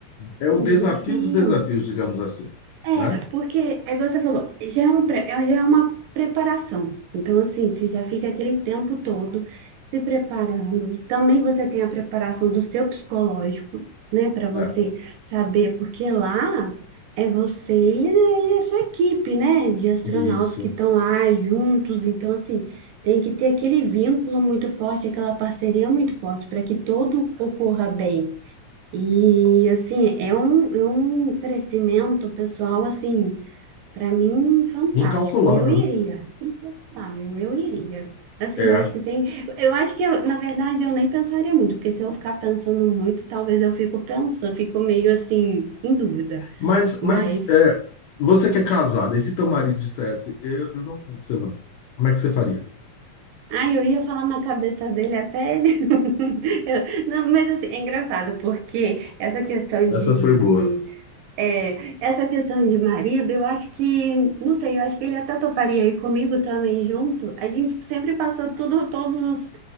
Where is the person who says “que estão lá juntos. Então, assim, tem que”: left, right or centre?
Right